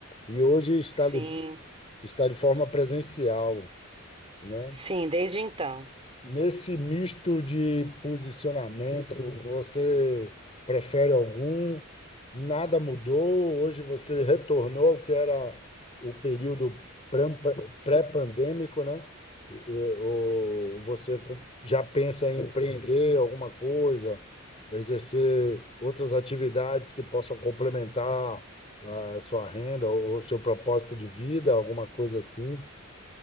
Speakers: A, on the left; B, on the right.
A: e hoje está
B: Sim,
A: de, está de forma presencial, né?
B: sim, desde então.
A: Nesse misto de posicionamento, você prefere algum? Nada mudou? Hoje você retornou ao que era o período prampa- pré-pandêmico, né? E- e- Ou você já pensa em empreender alguma coisa, exercer outras atividades que possam complementar a sua renda ou o seu propósito de vida, alguma coisa assim?